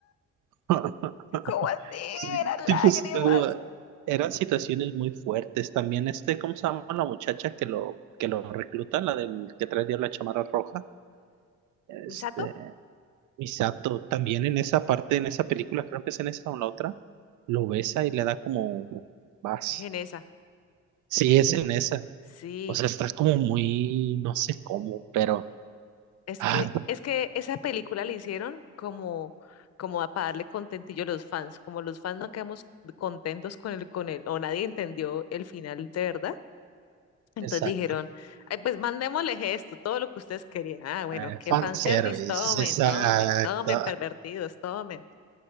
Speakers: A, on the right; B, on the left.
A: <laughs>
B: yo, ¿cómo así?
A: Sí,
B: Eran
A: tipo,
B: lágrimas.
A: estuvo- eran situaciones muy fuertes. También este, ¿cómo se llama la muchacha que lo, que lo recluta? La del que trae la chamarra roja. Este,
B: ¿Misato?
A: Misato, también en esa parte, en esa película, creo que es en esa o en la otra, lo besa y le da como vas.
B: Genesa.
A: Sí, es en esa.
B: Sí,
A: O sea, está como muy, no sé cómo, pero.
B: es
A: Ah,
B: que, es que esa película la hicieron como, como para darle contentillo a los fans. Como los fans no quedamos contentos con el, con el, o nadie entendió el final de verdad. Entonces
A: exacto.
B: dijeron, Ay, pues mandémosle esto, todo lo que ustedes querían. Ah, bueno,
A: Eh,
B: qué
A: fanservice,
B: fanservice, tomen,
A: exacto.
B: tomen, tomen, pervertidos, tomen.